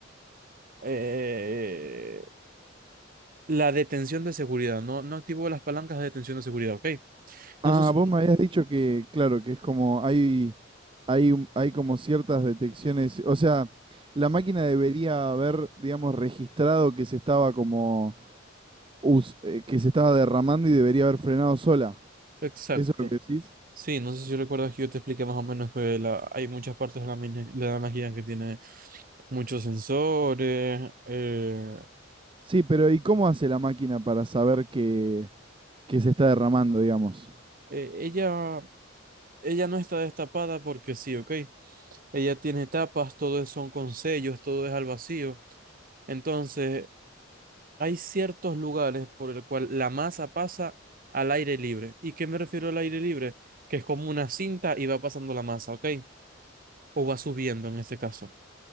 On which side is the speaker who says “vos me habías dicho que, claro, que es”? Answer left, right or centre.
Right